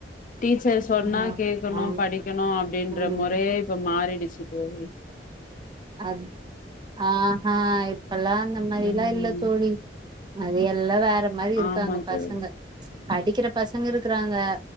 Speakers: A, on the left (about 50°); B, on the right (about 25°).
A: டீச்சர் சொன்னா
B: ஆ
A: கேக்கனு
B: ஆ
A: படிக்கனு அப்டின்ற
B: ம்
A: மொறையே இப்ப மாறிடிச்சி தோழி
B: அத் ஆஹா இப்பல்லா அந்த மாரில்லா
A: ம்
B: இல்ல தோழி அது எல்லா வேற மாரி இருக்காங்க
A: ஆமா தோழி
B: பசங்க படிக்கிற பசங்க இருக்றாங்க